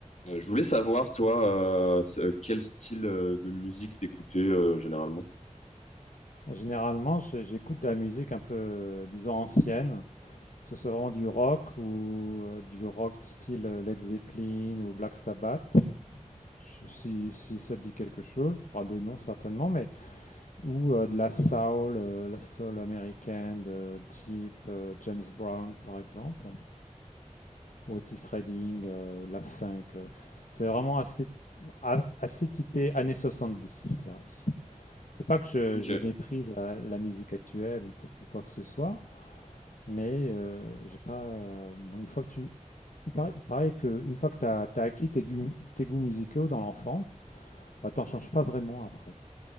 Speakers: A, on the left; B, on the left.
A: Euh, je voulais savoir, toi, euh, s- euh, quel style euh, de musique t'écoutais euh, généralement?
B: Généralement, j'ai- j'écoute de la musique un peu, euh, disons, ancienne, que ce soit vraiment du rock ou euh, du rock de style euh, Led Zeppelin ou Black Sabbath, je- si, si ça te dit quelque chose, enfin, de nom certainement, mais ou euh, de la soul, euh, la soul américaine de type euh, James Brown par exemple, ou Otis Redding euh, ou de la funk. euh. C'est vraiment assez, a- assez typé années 70, je dirais. C'est pas que je,
A: Ok.
B: je méprise euh, la musique actuelle ou ou quoi que ce soit. Mais heu, j'ai pas, heu, bon une fois que tu il paraît il paraît que une fois que tu as acquis tes goûts tes goûts musicaux dans l'enfance, bah, t'en changes pas vraiment après.